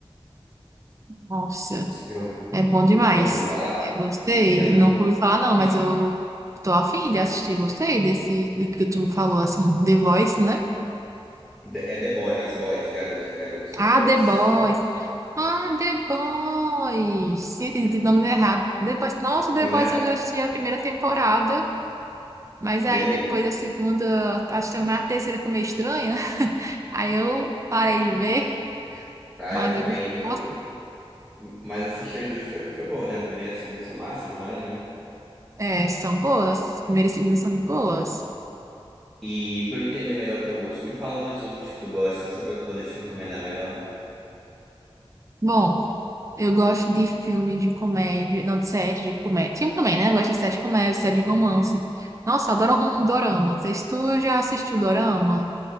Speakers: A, on the right (about 30°); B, in the centre.
A: Nossa,
B: Já ouviu,
A: É bom demais.
B: já ouviu falar?
A: Eu gostei.
B: Tem um.
A: Nunca ouvi falar, não, mas
B: Tem,
A: eu tô afim de assistir. Gostei desse do que tu me falou,
B: sim.
A: assim, The Voice, né?
B: The- É The Boys, Boys, garotos de garotos, The
A: Ah,
B: Boys,
A: The Boys.
B: Boys.
A: Ah, The Boys. Sim, entendi o nome errado. The Boys. Nossa,
B: <laughs>
A: The
B: É,
A: Boys eu já assisti a primeira temporada, mas
B: E
A: aí
B: aí?
A: depois a segunda, acho que também a terceira ficou meio estranha. <laughs> Aí eu parei de ver,
B: Ah,
A: mas
B: eu também.
A: eu gostei.
B: Eu,
A: Nossa,
B: eu- mas assistir as duas foi, foi bom, né? A primeira e a segunda são massa demais, né?
A: É, são boas. As primeiras e segundas são muito boas.
B: E pra eu entender melhor o teu gosto, me fala umas outras que tu gosta, só pra eu poder te recomendar melhor.
A: Bom. Eu gosto de filme de comédia, não, de série de comédia. Filme também, né? Eu gosto de série de comédia, série de romance. Nossa, eu adoro rom- dorama. Vocês, tu já assistiu dorama?